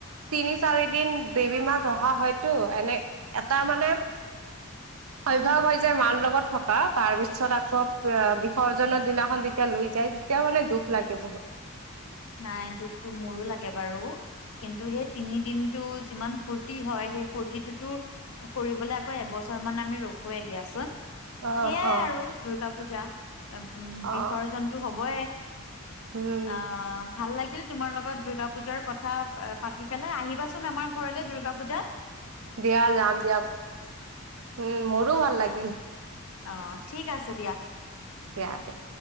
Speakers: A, on the right; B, on the left.
A: তিনি চাৰি দিন দেৱী মাক ৰহা হয়তো এনে এটা মানে অভ্যাস হৈ যায় মা থকা তাৰ পিছত আকৌ বিসৰ্জনৰ দিনাখন যেতিয়া লৈ যাই তেতিয়া মানে দুখ লাগে বহুত ৷
B: নাই দুখটো মোৰো লাগে বাৰু! কিন্তু সেই তিনি দিনটো যিমান ফূৰ্তি হয় সেই ফূৰ্তিটোতো কৰিবলৈ আকৌ এবছৰ মান আমি ৰখোৱে দিয়াচোন ৷
A: অ',
B: সেইয়াই
A: অ'।
B: আৰু দুৰ্গা পূজা উম
A: অ',
B: বিসৰ্জনটো হবই ৷ অ
A: উম,
B: ভাল লাগিল তোমাৰ লগত দূৰ্গা পূজাৰ কথা পাতি পেলাই আহিবাচোন আমাৰ ঘৰলে দুৰ্গা পূজাত ৷
A: দিয়া যাম দিয়া উম মোৰো ভাল লাগিল ৷
B: অ ঠিক আছে দিয়া ৷
A: ইয়াতে <unintelligible>